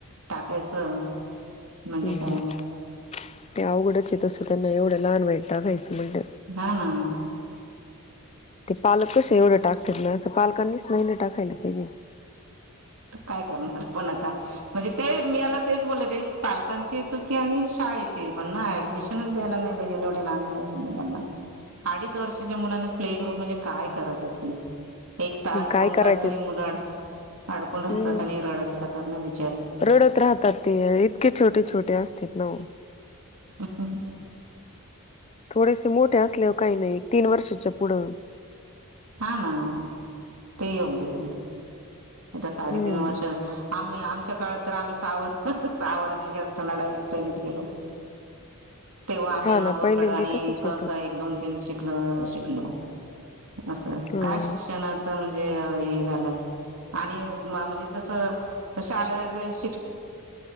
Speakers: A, on the right; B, on the left.
A: टाकायचं म्हणजे
B: हम्
A: काय
B: हम् ते अवघडचे य तसं त्यांना एवढं लहान वयात टाकायचं म्हणे
A: नो नो
B: ते पालक कसे श एवढं टाकतात ना असं पालकांनीच नाहीन टाकायला पाहिजे
A: काय करणार र पण आता त म्हणजे ते मी आला तेच बोल पालकांची चुकी आणि शाळेची पण ना ऍडमिशनच द्यायला ला नाही ना पाहिजे एवढ्या लहान मुलाना अडीच वर्षाच्या मुलाना प्ले ई ग्रुप म्हणजे काय करत त असतील एक तास स
B: काय
A: दोन
B: करायचे
A: तास तरी मुलं अडकून राहतात
B: हम्म
A: आणि रडत राहतात ना बिचारे
B: रडत राहतात ते इतके छोटे छोटे असतात ना
A: हम् हम्
B: थोडेसे मोठे असल्यावर काही नाही तीन वर्षाच्या पुढं
A: हा ह म ते योग्य आहे आता साडेतीन
B: हम्म
A: वर्ष आम्ही आम आमच्या काळात तर आम्ही हम् सहा वर्षाची असताना डायरेक्ट पहिलीत गेलो तेव्हा आम्ही
B: हा ना
A: अवकड
B: पहिल्यांदी
A: आणि
B: तसच
A: क
B: होतं
A: क एक दोन तीन शिकलो शिकलो असं
B: ह
A: काय शिक्षणाचं च ग झालंय आणि मानल तस शालेय शिक्षण